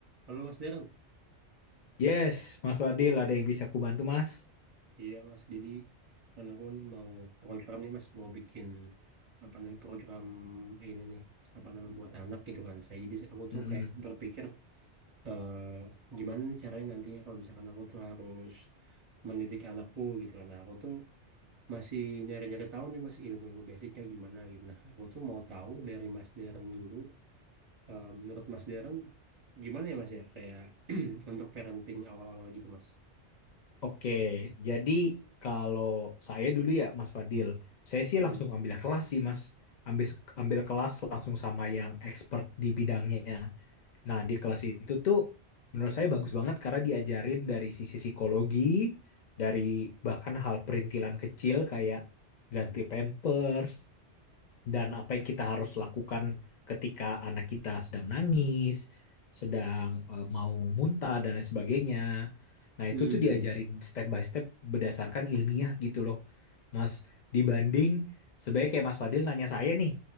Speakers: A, on the right; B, on the left.
A: Halo Mas Darren,
B: Yes, Mas Fadil, ada yang bisa aku bantu, Mas?
A: iya Mas. Jadi kan aku nih mau program nih Mas, mau bikin apa namanya program ini nih apa namanya buat anak gitu kan. Saya jadi aku tuh
B: Mm-mm.
A: kayak berpikir eh, gimana nih caranya nantinya kalau misalkan aku tuh harus mendidik anakku gitu kan. Nah, aku tuh masih nyari-nyari tahu nih Mas ilmu-ilmu basicnya gimana gitu. Nah, aku tuh mau tahu dari Mas Darren dulu. Eh, menurut Mas Darren gimana ya Mas ya kayak <clears throat> untuk parenting awal-awal gitu Mas?
B: Oke, jadi kalau saya dulu ya, Mas Fadil, saya sih
A: Hmm.
B: langsung ambil kelas sih, Mas. Ambil ambil kelas langsung sama yang expert di bidangnya. Nah, di kelas itu tuh menurut saya bagus banget karena diajarin dari sisi psikologi, dari bahkan hal perintilan kecil kayak ganti pampers, dan apa yang kita harus lakukan ketika anak kita sedang nangis, sedang eh, mau muntah dan lain sebagainya. Nah,
A: Hmm.
B: itu tuh diajarin step by step berdasarkan ilmiah gitu loh. Mas, dibanding sebaiknya kayak Mas Fadil nanya saya nih.